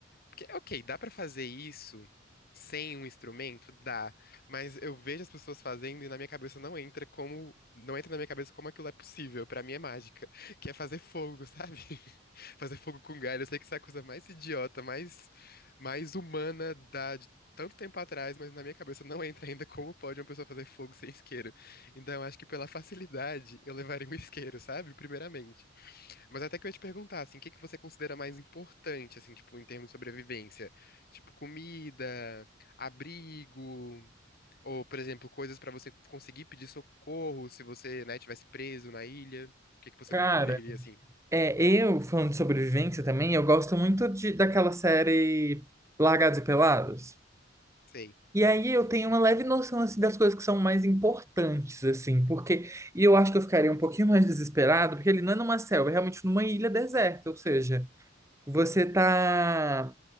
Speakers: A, on the left; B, on the right.
A: Porque, ok, dá pra fazer isso sem um instrumento? Dá. Mas eu vejo as pessoas fazendo e na minha cabeça não entra como. Não entra na minha cabeça como aquilo é possível. Pra mim é mágica. Que é fazer fogo, sabe? <laughs> Fazer fogo com galho. Eu sei que isso é a coisa mais idiota, mais, mais humana da. de Tanto tempo atrás, mas na minha cabeça não entra ainda como pode uma pessoa fazer fogo sem isqueiro. Então, eu acho que pela facilidade, eu levaria um isqueiro, sabe? Primeiramente. Mas até que eu ia te perguntar, assim, o que que você considera mais importante, assim, tipo, em termos de sobrevivência? Tipo, comida, abrigo, ou, por exemplo, coisas pra você conseguir pedir socorro se você, né, tivesse preso na ilha. O que que você
B: Cara...
A: <laughs> preferiria, assim?
B: É, eu, falando de sobrevivência também, eu gosto muito de, daquela série Largados e Pelados.
A: Sei.
B: E aí eu tenho uma leve noção, assim, das coisas que são mais importantes, assim, porque... E eu acho que eu ficaria um pouquinho mais desesperado, porque ele não é numa selva, é realmente numa ilha deserta, ou seja, você tá